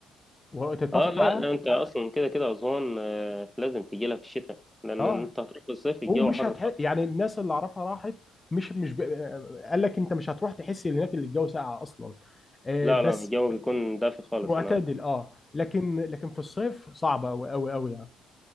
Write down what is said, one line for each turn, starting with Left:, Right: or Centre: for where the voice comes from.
Left: وتتفق
Centre: اه لا
Left: معايا
Centre: انت اصلا كده كده اسوان آه، لازم تجي لها في الشتاء لان
Left: اه
Centre: انت هتروح في الصيف الجو
Left: ومش
Centre: حر
Left: هتح...
Centre: خالص
Left: يعني الناس اللي اعرفها راحت مش مش ب... قال لك انت مش هتروح تحس ان هناك اللي الجو ساقع اصلا آه،
Centre: لا لا
Left: بس
Centre: الجو بيكون دافي خالص
Left: معتدل
Centre: هناك
Left: اه لكن لكن في الصيف صعبه قوي قوي قوي يعني